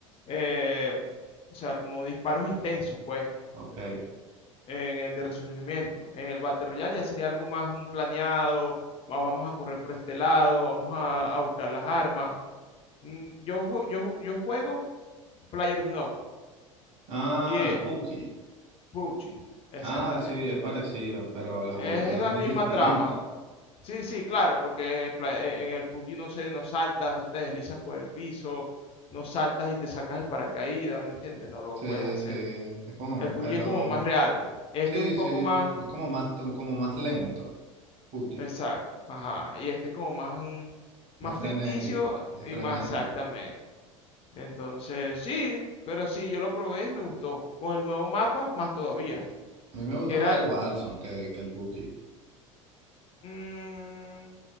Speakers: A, on the left; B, on the right.
A: eh, o sea, como disparos intensos, pues,
B: Ok.
A: en el de resurgimiento. En el Battle Royale ya sería algo más un planeado. va- Vamos a correr por este lado, vamos a, a buscar las armas. Mm, Yo, ju- yo, ju- yo juego PlayerUnknown
B: Ah,
A: y eh,
B: PUBG.
A: PUBG, exactamente.
B: Ah, sí, es parecido, pero la
A: Es
B: jugabilidad
A: la
B: es muy
A: misma
B: distinta.
A: trama. Sí, sí, claro, porque en pla- en- en el PUBG no sé, no saltas, no te deslizas por el piso, no saltas y te sacas el paracaídas, ¿me entiendes? No lo
B: Sí,
A: puedes hacer.
B: sí, es como un
A: El PUBG
B: pelo...
A: es como más real. Este
B: Sí,
A: es un poco
B: sí,
A: más,
B: es como más, como más lento. PUBG.
A: exacto, ajá, y este es como más, mm, más
B: Más frenético,
A: ficticio
B: más
A: y
B: frenético.
A: más exactamente. Entonces, sí, pero sí, yo lo probé y me gustó. Con el nuevo mapa, más todavía,
B: A mí me gusta
A: que
B: más
A: era,
B: el Warzone que, que el PUBG.
A: mm,